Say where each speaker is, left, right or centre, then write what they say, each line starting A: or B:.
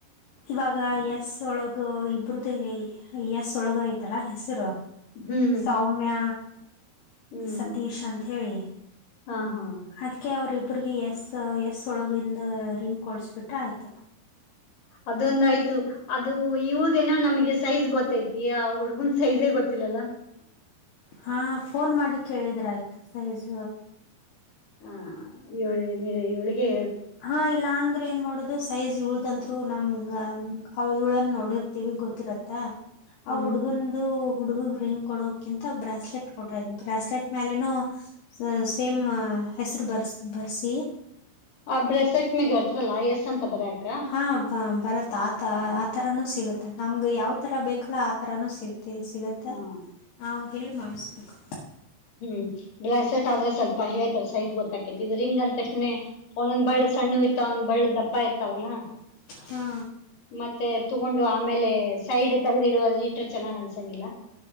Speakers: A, on the left; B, on the left.
A: ಇವಾಗ
B: ಅದೇ
A: ಎಸ್ ಒಳಗ ಇಬ್ರ್ದೇ ಎಸ್ ಒಳಗ ಐ್ತಲ್ಲಾ. ಹೆಸರು
B: ಹ್ಮ್
A: ಸೌಮ್ಯ
B: ಹ್ಮ್ ಹ್ಮ್
A: ಸತೀಶ್ ಅಂತ ಹೇಳಿ.
B: ಹಾ ಹಾ
A: ಅದಕ್ಕೆ ಅವ್ರ ಇ. ಬ್ರಿಗೆ ಎಸ್ ಎಸ್ ಒಳಗಿಂದ ರಿಂಗ್ ಕೊಡಿಸ್ಬಿಟ್ರೆ ಆಯ್ತು.
B: ಅದೊಂದಯ್ತು ಅದು ಇವಳದೇನೋ ನಮ್ಗೆ ಸೈಜ್ ಗೊತ್ತೈತಿ ಆ ಹುಡುಗನ್ ಸೈಜೇ ಗೊತ್ತತಿ. ಲ್ಲ.
A: ಹಾ ಫೋನ್ ಮಾಡಿ ಕೇಳಿದ್ರ ಆಯ್ತಾ ಸೈಜ್.
B: ಹಾ ಈಳಿ ನೀ ಈ ಹಳಿಗೆ.
A: ಹಾ ಇಲ್ಲ ಅಂದ್ರೆ ಏನ್ ಮಾಡುದು. ಸೈಜ್ ಇಳ್ದಂದರು ನಮ್ಗೆ ಇಳನ್ ನೋಡಿರ್ತಿೀವಿ ಗೊತ್ತಿರತ್ತ.
B: ಹ್ಮ್
A: ಆ ಹುಡ್ಗಂದು. ಹುಡ್ಗಗ್ ರಿಂಗ್ ಕೊಡೋಕಿಂತ ಬ್ರಾಸ್ಲೆಟ್ ಕೊಡ್ರ ಬ್ರೆಸ್ಲೆಟ್ ಮೇಲೆನುೂ. ಸೇಮ್ ಹೆಸರು ಬರ್ಸ ಬರ್ಸಿ.
B: ಆ ಬ್ರೆಸೆಟ್ ಮ ಬರ್ತದಲ್ಲಾ ಎಸ್ ಅಂತ. ಬರಯಕ
A: ಹಾ ಬ ಬರತ್ತ ಆತ
B: ಹ್ಮ್
A: ಆತರಾನೂ ಸಿಗತ್ೆ. ನಮ್ಗೆ ಯಾವ್ ತರ ಬೇಕಲ ಆ ತರಾನು ಸಿಗ್ತಿ ಸಿಗತ್ತಾ
B: ಹಾ
A: ನಾ್ ಹ ಮಾಡ. ಹ.
B: ಹ್ಮ್. ಬ್ಲಾಸ್ಟ್ ಆದ್ರೆ ಸ್ವಲ್ಪ ಹೇಳ್ತಾರೆ ಸೈಜ ಗೊತ್ತಾಕೈತಿ ಇದು ರಿಂಗ್ ಅ ತಕ್ಷಣ ಒಂದೊಂದ ಬಳ್ಳ ಸಣ್ಣ ಇರ್ತ ಒಂದ್ ಬ <unintelligible> ಒಳ್ಳ ದಪ್ಪ ಇರ್ತಾವಲ್ಲ <unintelligible>
A: ಹಾ
B: ಮತ್ತೆ ತಗೊಂಡು ಆಮೇಲೆ ಸೈಡ್ ತಗದಿಡು ಅದ ಇಟ್ರ ಚೆನ್ನಾಗ್ ಅನ್ಸಂಗಿಲ್ಲ <unintelligible>